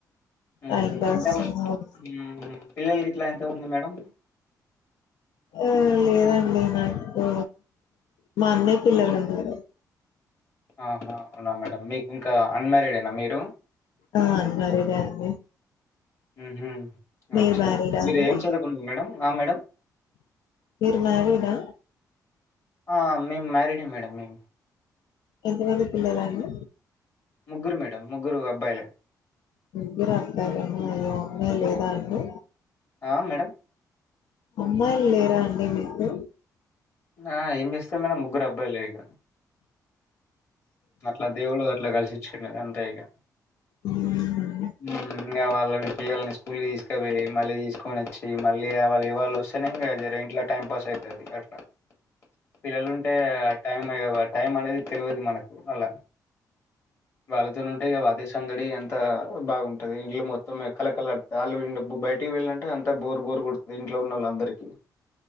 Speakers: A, on the left; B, on the left.
A: ఊహు
B: టైం పాస్
A: ఎంత మంది పిల్లలు గిట్ల మంది మేడం
B: ఆ లేదండి నాకు మా అన్నయ పిల్లలు ఉన్నారు
A: ఆహా అవునా మేడం మీకు ఇంకా అన్మారీడేనా మీరు
B: ఆ అన్మ్యారీడే అండి
A: మ్మ్ హ్మ్
B: మీరు
A: అచ్చా
B: మ్యారీడా
A: మీరు
B: అండి
A: ఏం చదువుకుండ్రు మేడం ఆ మేడం.
B: మీరు మ్యారీడా
A: ఆ మేము మ్యారడే మేడం మేం
B: ఎంతమంది పిల్లలండి
A: ముగ్గురు మేడం ముగ్గురు అబ్బాయిలే
B: ముగ్గురు అబ్బాయిలేనా అయ్యో అమ్మాయి లేదాండి
A: ఆ! మేడం.
B: అమ్మాయిల్ లే లేరా అండి మీకు
A: ఆ ఏం చేస్తాం మేడం ముగ్గురు అబ్బాయిలే ఇగ అట్లా దేవుడు అట్లా కలిసిచ్చిండ అంతే ఇగ
B: మ్మ్
A: మ్ ఇంకా వాళ్ళ వాళ్ల పిల్లల్ని కుల్లీ తీస్కపోయ్ మళ్లీ తీస్ కో నోచ్చి మళ్ళీ వాళ్ళు ఇవాళ వస్తేనే జర ఇంట్లో టైం పాస్ అవుతుంది అట్లా పిల్లలు ఉంటే ఆ టైమే <unintelligible> టైం అనేది తెలివదు మనకు అలా వాళ్ళతోన్ ఉంటే గాదా అదే సందడి అంత బాగుంటు ఇల్లు మొత్తం కలకలడ్ ఆలు ఇం బయటికి వెళ్ళంటే అంతా బోరు బోరు కోడుతుంది ఇంట్లో ఉన్న వాలందరికి